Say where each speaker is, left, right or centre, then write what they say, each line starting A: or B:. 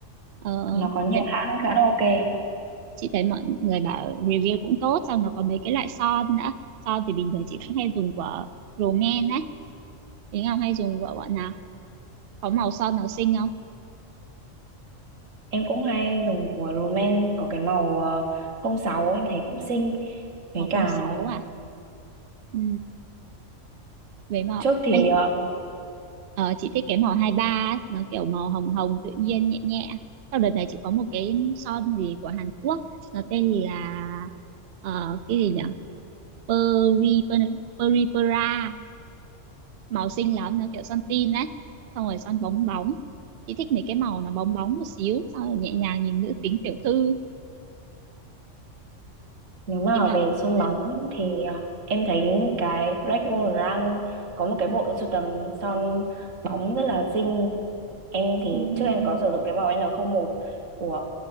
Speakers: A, on the right; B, on the right.
A: ờ,
B: nó có nhiều
A: thế
B: hãng khá là ok
A: chị thấy mọi người bảo review cũng tốt, xong nó có mấy cái loại son nữa. Son thì bình thường chị cũng hay dùng của Romaine ấy. Thế Ngọc hay dùng của bọn nào? Có màu son nào xinh không?
B: em cũng hay dùng của Roman có cái màu ờ, không sáu em thấy cũng xinh với
A: Màu
B: cả
A: 06 à? Ừ, với màu...
B: Trước thì
A: Ê,
B: ờ,
A: Ờ, chị thích cái màu 23 nó kiểu màu hồng hồng tự nhiên nhẹ nhẹ sau đợt này chị có một cái son gì của Hàn Quốc nó tên là ờ, cái gì nhở Peri Per- Peripera màu xinh lắm nó kiểu son tin đấy xong rồi son bóng bóng chị thích mấy cái màu nó bóng bóng một xíu xong rồi nhẹ nhàng nhìn nữ tính tiểu thư
B: nếu mà
A: tính không
B: về sân
A: ừ
B: bóng thì ờ, em thấy cái Black Wall đang có một cái bộ sưu tầm son bóng rất là xinh. Em thì
A: Ừm.
B: trước em có sử dụng cái màu N01 của